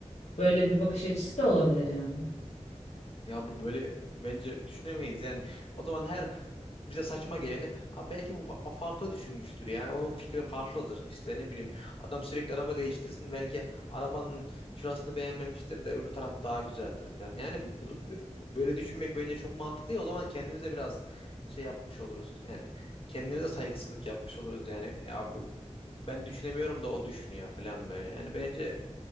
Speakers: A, on the left; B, on the left.
A: Böyle bir bakış açısı da olabilir yani.
B: Ya bu böyle bence düşünemeyiz yani. O zaman her bize saçma geleni "Aa, belki bu fa- farklı düşünmüştür yani onun fikri farklıdır. İşte ne bileyim adam sürekli araba değiştirsin belki arabanın şurasını beğenmemiştir de öbür tarafı daha güzeldir falan. Yani bu- bunu bö- böyle düşünmek bence çok mantıklı ya o zaman kendimize biraz şey yapmış oluruz. Yani kendimize saygısızlık yapmış oluruz yani. Ya bu, ben düşünemiyorum da o düşünüyor falan böyle. Yani bence